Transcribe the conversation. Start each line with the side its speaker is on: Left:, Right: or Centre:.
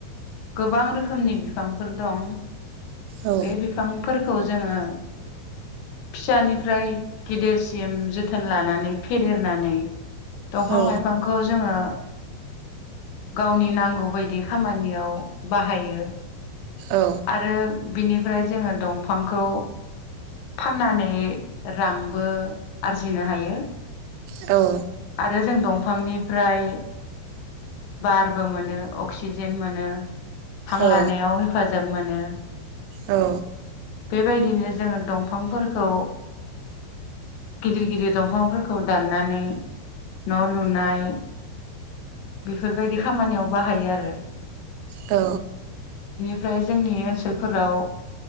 Left: गोबां रोखोमनि बिफांफोर दं
Right: औ
Left: बे बिफांफोर खौ जोङो फिसानिफ्राय गेदेरसिम जोथोन लानानै फेदेरनानै दंफां
Right: औ
Left: लाइफांखौ जोङो गावनि नांगौ बायदि खामानियाव बाहायो
Right: औ
Left: आरो बिनिफ्राय जोङो दंफांखौ फाननानै रांबो आरजिनो हायो
Right: औ
Left: आरो जों दंफांनिफ्राय बारबो मोनो अक्सिजेन मोनो हां
Right: औ
Left: लानायाव हेफाजाब मोनो
Right: औ
Left: बेबायदिनो जोङो दंफांफोरखौ गिदिर गिदिर दंफांफोरखौ दाननानै न लुनाय बेफोरबायदि खामानियाव बाहायो आरो
Right: औ
Left: फ्राय जोंनि ओनसोलफोराव